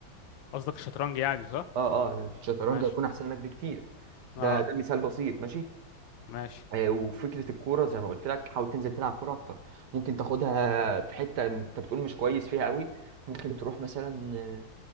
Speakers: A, on the left (about 75°); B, on the right (about 65°).
A: قصدك الشطرنج يعني صح
B: اه اه الشطرنج
A: ماشي
B: هيكون احسن لك بكتير ده
A: اه
B: ده مثال بسيط ماشي
A: ماشي
B: آه، وفكره الكوره زي ما قلت لك حاول تنزل تلعب كوره اكتر ممكن تاخدها في حته انت بتقول مش كويس فيها قوي ممكن تروح مثلا آه،